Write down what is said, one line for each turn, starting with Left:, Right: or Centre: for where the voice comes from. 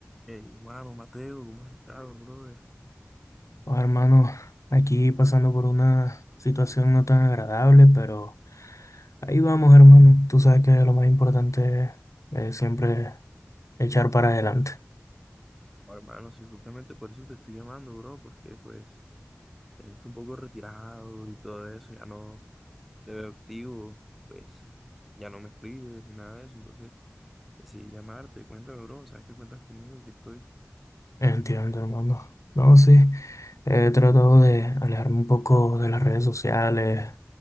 Centre: Hey, hermano, Mateo, ¿cómo has estado, brother?
Left: Oh, hermano, aquí pasando por una situación no tan agradable, pero ahí vamos, hermano. Tú sabes que lo más importante es siempre echar para adelante.
Centre: Oh, hermano, sí, justamente por eso te estoy llamando, bro, porque pues te he visto un poco retirado y todo eso, ya no te veo activo, pues ya no me escribes ni nada de eso, entonces decidí llamarte, cuéntame, bro, sabes que cuentas conmigo, que estoy.
Left: Entiendo, hermano. No, sí, he tratado de alejarme un poco de las redes sociales,